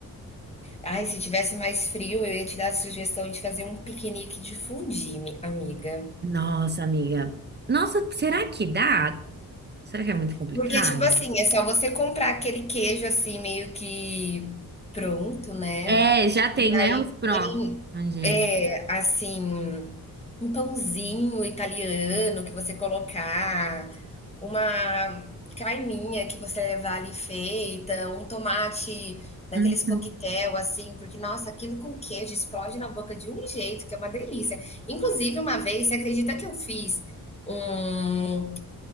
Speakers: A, on the left; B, on the right.
A: Ai, se tivesse mais frio, eu ia te dar a sugestão de fazer um piquenique de fondue, mi amiga.
B: Nossa, amiga. Nossa, será que dá? Será que é muito complicado?
A: Porque, tipo assim, é só você comprar aquele queijo, assim, meio que pronto, né,
B: É, já tem,
A: e aí
B: né? Os prontos.
A: tem
B: Onde?
A: É, assim, um pãozinho italiano que você colocar, uma carninha que você levar ali feita, um tomate daqueles
B: Hum,
A: coquetel, assim, porque, nossa, aquilo com queijo explode na boca de um jeito, que é uma delícia. Inclusive, uma vez, você acredita que eu fiz um